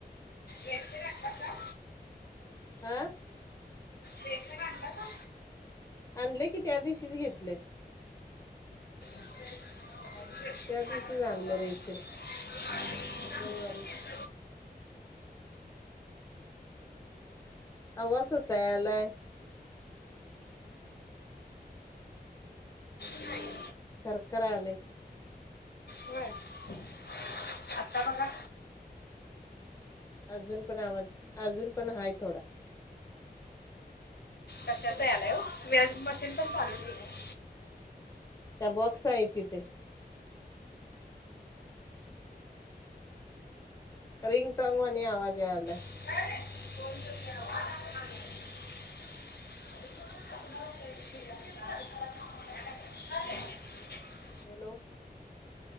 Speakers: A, on the left (about 70°); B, on the left (about 15°).
A: रेशन आणलासा?
B: आ?
A: रेशन आणलासा?
B: आणलय की त्या दिवशीच घेतलंय.
A: <inaudible>
B: त्या दिवशीच आणले रेशीर रविवारी आवाज कसला यालाय?
A: नाही
B: खरखरालय.
A: व्हयं आता बघा.
B: अजुन पण आवाज अजून पण हाय थोडा.
A: कशाचा यालाय ओ मी अजून मशीन पण चालून <unintelligible>
B: त्या बॉक्स आहे तिथे. रिंग टोंगवाणी आवाज यायलाय.
A: <unintelligible> <unintelligible>
B: हॅलो